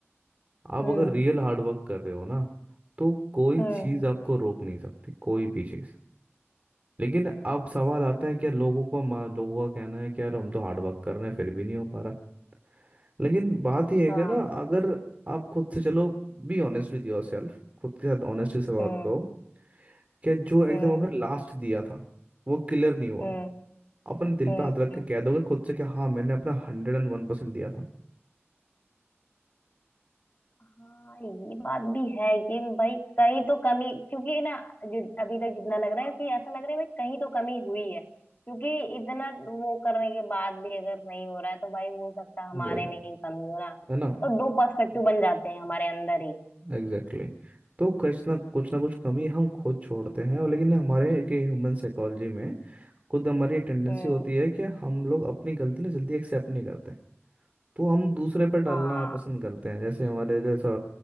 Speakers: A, on the right; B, on the left.
A: आप
B: हम्म
A: अगर रियल हार्डवर्क कर रहे हो ना तो कोई
B: हम्म
A: चीज़ आपको रोक नहीं सकती कोई भी चीज़ लेकिन अब सवाल आता है क्या लोगों को मा- लोगों का कहना है कि यार हम तो हार्डवर्क कर रहे हैं फिर भी नहीं हो पा रहा है। लेकिन बात यह है
B: हाँ
A: कि ना अगर आप खुद से चलो be honest with yourself खुद के साथ ऑनेस्टी से बात
B: हम्म
A: करो कि जो एग्जाम
B: हम्म
A: आपने लास्ट दिया था वो क्लियर नहीं हुआ
B: हम्म
A: अपने दिल
B: हम्म
A: पे हाथ रख के कह दोगे खुद से कि हाँ मैंने अपना हंड्रेड एंड वन परसेंट दिया था
B: हाँ ये बात भी है कि भाई कहीं तो कमी क्योंकि ना जि- अभी तक जितना लग रहा है कि ऐसा लग रहा है भाई कहीं तो कमी हुई है क्योंकि इतना वो करने के बाद भी अगर नहीं हो रहा है तो भाई हो सकता है हमारे
A: वही
B: में ही कमी हो ना
A: है ना
B: तो दो पर्सपेक्टिव बन जाते हैं हमारे अंदर ही
A: Exactly exactly. तो कुछ ना कुछ ना कुछ कमी हम खुद छोड़ते हैं और लेकिन हमारे एक ह्यूमन साइकोलॉजी में खुद हमारी टेंडेंसी
B: हम्म
A: होती है कि हम लोग अपनी गलती ना जल्दी एक्सेप्ट नहीं करते तो हम दूसरे पर डालना
B: हाँ
A: पसंद करते हैं जैसे हमारे जैसा